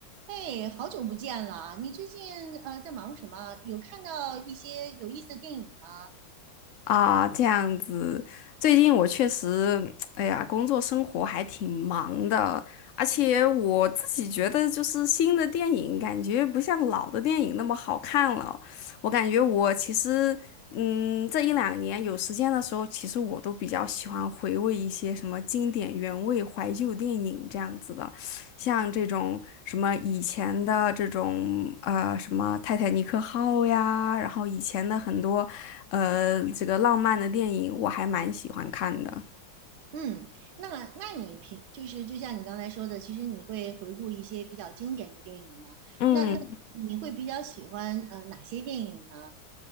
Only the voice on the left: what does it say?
啊，这样子，最近我确实，<tsk> 哎呀，工作生活还挺忙的，而且我自己觉得，就是新的电影感觉不像老的电影那么好看了。我感觉我其实，嗯，这一两年有时间的时候，其实我都比较喜欢回味一些什么经典原味怀旧电影这样子的。像这种什么以前的这种呃什么泰坦尼克号呀，然后以前的很多呃这个浪漫的电影，我还蛮喜欢看的。
嗯。